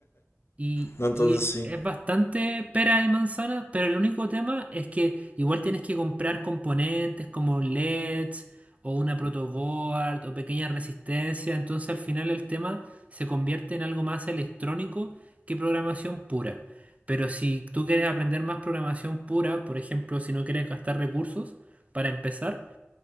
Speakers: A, on the right (about 30°); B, on the left (about 60°).
A: Y,
B: No, entonces
A: y
B: sí.
A: es bastante pera y manzana, pero el único tema es que igual tienes que comprar componentes como LEDs o una protoboard o pequeña resistencia, entonces al final el tema se convierte en algo más electrónico que programación pura. Pero si tú quieres aprender más programación pura, por ejemplo, si no quieres gastar recursos para empezar,